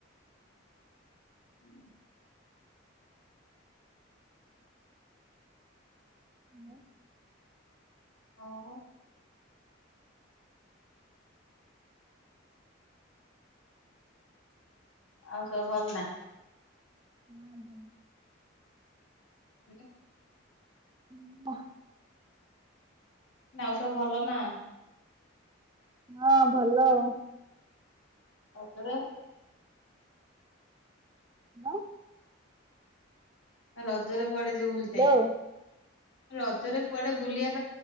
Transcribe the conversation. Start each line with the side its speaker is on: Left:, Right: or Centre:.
Left: <inaudible>
Right: <inaudible>
Left: ଆଉ ଆଉ ସବୁ ଭଲ ନା?
Right: <unintelligible>
Left: <unintelligible>
Right: <unintelligible>
Left: ଆଉ ସବୁ ଭଲ ନା?
Right: ହଁ ଭଲ ଆଉ।
Left: ଆଉ ଥରେ
Right: କଣ,
Left: ରଜରେ କୁଆଡେ ଯିବୁ ବୁଲତେ,
Right: ହ୍ୟାଲୋ
Left: ରଜରେ କୁଆଡେ ବୁଲିଆ।